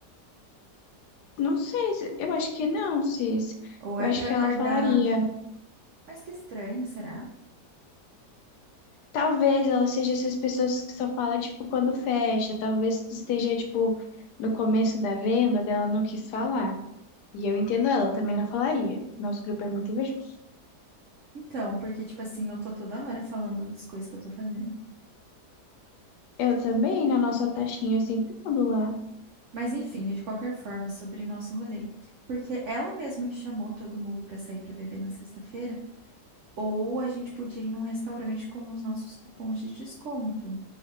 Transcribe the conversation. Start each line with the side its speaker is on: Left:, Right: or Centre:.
Left: Não sei, se- eu acho que não, Cis.
Right: Ou é
Left: Eu acho
Right: pra
Left: que
Right: guardar?
Left: ela falaria.
Right: Mas que estranho, será?
Left: Talvez ela seja essas pessoas que só fala, tipo, quando fecha. Talvez esteja, tipo, no começo da venda dela não quis falar. E eu entendo ela, eu também não falaria. Nosso grupo é muito invejoso.
Right: Então, porque, tipo assim, eu tô toda hora falando das coisas que eu tô fazendo.
Left: Eu também, na nossa taxinha, eu sempre mando lá.
Right: Mas enfim, de qualquer forma, é sobre o nosso rolê. Porque ela mesma que chamou todo mundo para sair para beber na sexta-feira, ou a gente podia ir num restaurante com os nossos cupons de desconto.